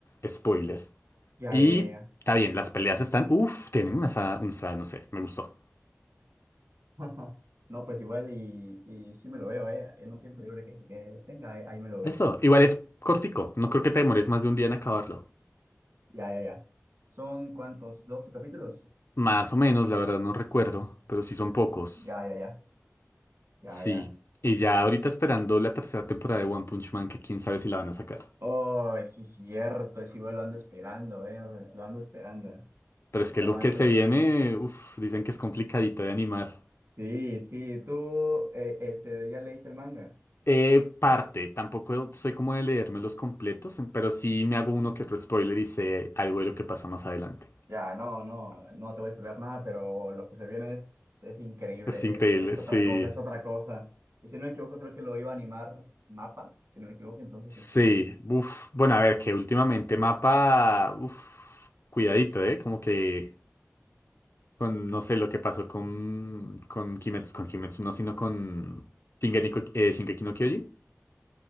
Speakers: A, on the left; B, on the right.
A: spoiler.
B: ya,
A: Y
B: ya, ya, ya.
A: está bien, las peleas están. Uf, tienen una sa- un sa- no sé, me gustó.
B: <laughs> No, pues igual y, y sí me lo veo, eh, en un tiempo libre que, que tenga, ahí, ahí me lo veo.
A: Eso, igual es cortico. No creo que te demores más de un día en acabarlo.
B: Ya, ya, ya. ¿Son cuántos? ¿12 capítulos?
A: Más o menos, la verdad no recuerdo, pero sí son pocos.
B: Ya, ya, ya, ya,
A: Sí.
B: ya.
A: Y ya ahorita esperando la tercera temporada de One Punch Man, que quién sabe si la van a sacar.
B: Oh, sí, cierto, es igual, lo ando esperando, eh, lo ando esperando.
A: Pero
B: Neta,
A: es que lo
B: One
A: que
B: Punch
A: se viene,
B: Man es...
A: uf, dicen que es complicadito de animar.
B: Sí, sí, tú, eh, este, ¿ya leíste el manga?
A: Eh, parte, tampoco soy como de leerme los completos, pero sí me hago uno que otro spoiler y sé algo de lo que pasa más adelante.
B: Ya, no, no, no te voy a spoiler nada, pero lo que se viene es, es increíble,
A: Es increíble,
B: es, es
A: sí.
B: otra cosa, es otra cosa. Y si no me equivoco, creo que lo iba a animar Mapa, si no me equivoco, entonces
A: Sí,
B: este...
A: uff. Bueno, a ver, que últimamente mapa, uff, cuidadito, ¿eh? Como que con, no sé lo que pasó con, con Kimetsu, con Kimetsu, no, sino con Shingeki, no- eh, Shingeki no Kyojin.